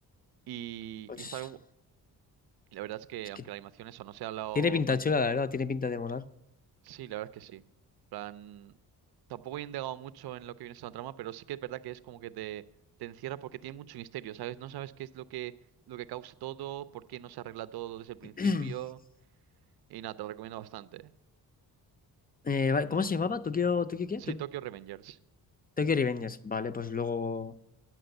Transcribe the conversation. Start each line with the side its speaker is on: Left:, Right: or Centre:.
Right: Y,
Left: Pues
Right: y está, gu- la verdad es que
Left: es
Right: aunque
Left: que
Right: la animación eso no sea lo
Left: tiene pinta
Right: más
Left: chula, la verdad, tiene pinta de molar.
Right: Sí, la verdad es que sí. plan, tampoco he indagado mucho en lo que viene siendo la trama, pero sí que es verdad que es como que te, te encierra porque tiene mucho misterio, ¿sabes? No sabes qué es lo que, lo que causa todo, por qué no se arregla todo desde el principio.
Left: <clears throat>
Right: Y nada, te lo recomiendo bastante.
Left: Eh, vale, ¿cómo se llamaba? ¿Tokyo, Tokyo qué?
Right: Sí,
Left: To-
Right: Tokyo Revengers.
Left: Tokyo Revengers. Vale, pues luego,